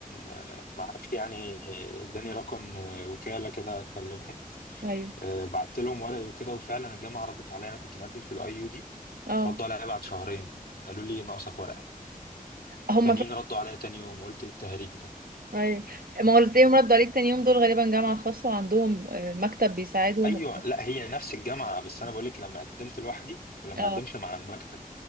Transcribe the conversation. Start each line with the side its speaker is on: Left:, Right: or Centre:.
Left: آه، معارفي يعني اداني رقم آه، وكالة كده اكلمهم
Right: أيوه
Left: آه، بعت لهم ورقي وكده وفعلا الجامعة ردت عليا انا كنت مقدم في الاي يو دي
Right: اه
Left: ردوا عليا بعد شهرين قالوا لي ناقصك ورقة
Right: هما
Left: تانيين
Right: ف...
Left: ردوا عليا تاني يوم وقلت ايه التهريج ده
Right: أيوه ما هو اللي تلاقيهم ردوا عليك تاني يوم دول غالبا جامعة خاصة وعندهم آه، مكتب بيساعدهم
Left: ايوه لا هي نفس الجامعة بس انا بقول لك لما قدمت لوحدي ولما
Right: اه
Left: قدمت مع المكتب